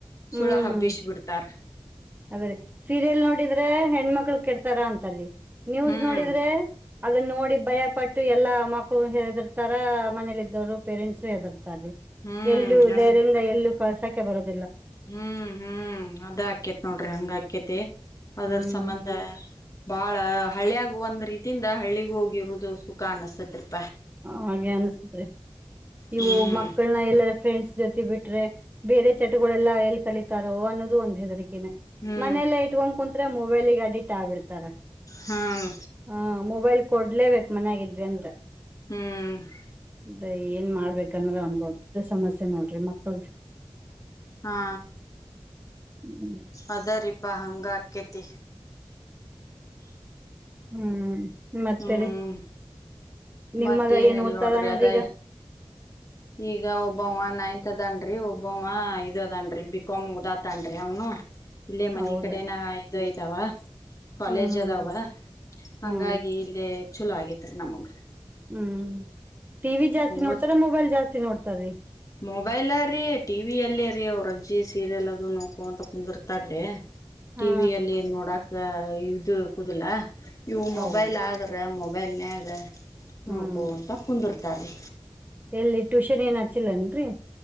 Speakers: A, on the right; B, on the left.
A: ಹ್ಮ್
B: ಸುಳ ಹಬ್ಬಿಸಬಿಡ್ತಾರ
A: ಅದ್ರೀ ಸೀರಿಯಲ್ ನೋಡಿದ್ರೆ ಹೆಣ್ಮಕ್ಳ ಕೆಡ್ತಾರ ಅಂತಾರಿ ನ್ಯೂಸ್
B: ಹ್ಮ್
A: ನೋಡಿದ್ರೆ ಅದನ್ನ ನೋಡಿ ಭಯ ಪಟ್ಟು ಎಲ್ಲಾ ಮಕ್ಕಳು ಹೆದಿರ್ತಾರ ಮನೇಲಿ ಇದ್ದವ್ರು ಪೇರೆಂಟ್ಸ ಹೆದರುರು
B: ಹ್ಮ್
A: ಎಲ್ಲು
B: ಹಂಗ
A: ಧೈರ್ಯದಿಂದ ಎಲ್ಲು ಕಳಸಕ್ಕೆ ಬರುತ್ತದು
B: ಹ್ಮ್ ಹ್ಮ್ ಅದ ಆಕೇತಿ ನೋಡಿ ಹಂಗಕಿ ಕೇತೆ ಅದರ
A: ಹ್ಮ್
B: ಸಂಬಂಧ ಆ ಬಾಳ ಹಳ್ಳಿಯಾಗ ಒಂದ್ ರೀತಿ ಸಿಟಿಯಿಂದ ಹಳ್ಳಿಗೆ ಹೋಗಿರುವುದು ಸುಖ ಅನಿಸ್ತರ್ತ್ತ
A: ಹಾಗೆ ಅನ್ಸತ್ರೆ ಇವು
B: ಹ್ಮ್
A: ಮಕ್ಕಳನ ಎಲ್ಲರ ಫ್ರೆಂಡ್ಸ್ ಜೊತೆ ಬಿಟ್ರೆ ಬೇರೆ ಚಟಗಳೆಲ್ಲ ಎಲ್ಲಿ ಕಲಿತಾರೋ ಅನ್ನೋದು ಒಂದ್ ಹೆದರಿಕ
B: ಹ್ಮ್
A: ಮನೆಯಲ್ಲ ಇಟ್ಕೊಂಡು ಕುಂತ್ರೆ ಮು ಮೊಬೈಲ್ ಗೆ ಅಡ್ಡಿಟ್ ಆಗ್ಬಿಡ್ತಾರೆ
B: ಹ್ಮ್
A: ಹಾ ಮೊಬೈಲ್ ಕೊಡ್ಲೇಬೇಕ್ ಮನೇಲಿ ಇದ್ರು ಅಂದ್ರೆ
B: ಹ್ಮ್
A: ಅದೇ ಏನ್ ಮಾಡ ಮಾಡ್ಬೇಕ್ಕೂ ಅನ್ನೋದೇ ದೊಡ್ಡ ಸಮಸ್ಯೆ ನೋಡ್ರಿ ಮಕ್ಕಳ್ದು
B: ಹಾ
A: ಹ್ಮ್
B: ಅದ ರೀಪಾ ಹಂಗ ಅಕ್ಕೇತಿ
A: ಹ್ಮ್ ಮತ್ತೆರಿ
B: ಹ್ಮ್
A: ನಿಮ್ಮಗ
B: ಮತ್ತೇನು
A: ಏನು
B: ಇಲ್
A: ಓತಾರನ್ರೀಗ
B: ನೋಡ್ರಿ ಅದ ಈಗ ಒಬ್ಬವವ ನೈನ್ತ್ದನ್ರಿ ಒಬ್ಬವ ಇದದನ್ರಿ ಬಿಕಾಾಮ್ ಉದಾತ್ನ್ಿ ಅವನು ಇಲ್ಲೇ ಮನ
A: ಹೌದಾ
B: ಕಡೆನ ಇ್ತ ಅಥವಾ ಕಾಲೇಜ್
A: ಹ್ಮ್
B: ಅದಾವ ಹಂಗಾಗಿ
A: ಹ್ಮ್ ಹನ್
B: ಇಲ್ಲಿ ಚಲೋ ಆಗೇತ್ ರೀ ನಮಗ್
A: ಹ್ಮ್ ಟಿ ವಿ ಜಾಸ್ತಿ ನೋಡ್ತಾರ
B: ಓದ್
A: ಮೊಬೈಲ್ ಜಾಸ್ತಿ ನೋಡ್ತಾರೀ
B: ಮೊಬೈಲ್ ರೀ ಟಿವ ಅಲ್ಲಿರೀ ಅಜ್ವ್ರ ಅಜ್ಜಿ ಸೀರಿಯಲ್ ಅದು ನೋಕೋ ಅಂತ ಕುಂದರ್ತಾರೀ ಟಿವಿಯಲ್ಲಿ
A: ಹಾ
B: ನೋಡಕ್ ಇದು ಕೂುದಲ ಇವು ಮೊಬೈಲ್
A: ಹೌದು
B: ಆದಗ್ರ ಮೊಬ ಬೆನಗೆ
A: ಹ್ಮ್
B: ನೋಡ್ಕೋಂತ ಕುಂದರ್ ತ್ತಾರೆ
A: ಎಲ್ಲಿ ಟ್ಯೂಷನ್ ಏನ್ ಹಚಿಲ್ಲನ್ರರಿ